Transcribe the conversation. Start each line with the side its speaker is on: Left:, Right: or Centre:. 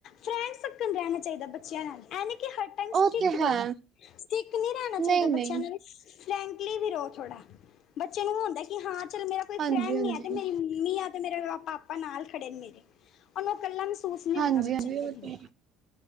Left: ਫਰੈਂਡ ਸਰਕਲ ਰੈਣਾ ਚਾਹੀਦਾ, ਬੱਚਿਆਂ ਨਾਲ ਏਂ ਨਹੀਂ ਕਿ ਟਾਈਮ ਸਟਿਕ
Right: ਓ ਤੇ
Left: ਰਹੋ
Right: ਹੈ।
Left: ਸਟਿਕ ਨੀ ਰੈਣਾ ਚਾਹੀਦਾ,
Right: ਨਹੀਂ ਨਹੀਂ
Left: ਬੱਚਿਆਂ ਨੂੰ ਫਰੈਂਕਲੀ ਵੀ ਰਹੋ ਥੋੜਾ, ਬੱਚੇ ਨੂੰ ਹੁੰਦਾ ਕਿ ਹਾਂ ਚੱਲ ਮੇਰਾ ਕੋਈ
Right: ਹਾਂਜੀ
Left: ਫਰੈਂਡ
Right: ਹਾਂਜੀ
Left: ਨੀ ਏ। ਤੇ ਮੇਰੀ ਮੰਮੀ ਆ ਤੇ ਮੇਰੇ ਪਾਪਾ ਨਾਲ ਖੜੇ ਨੇ ਮੇਰੇ, ਉਨੂੰ ਕੱਲਾ ਮਹਿਸੂਸ ਨੀ
Right: ਹਾਂਜੀ
Left: ਹੁੰਦਾ। ਬੱਚੇ
Right: ਹਾਂਜੀ
Left: ਨੂੰ ਕਦੇ
Right: ਉਹ ਤੇ
Left: ਵੀ।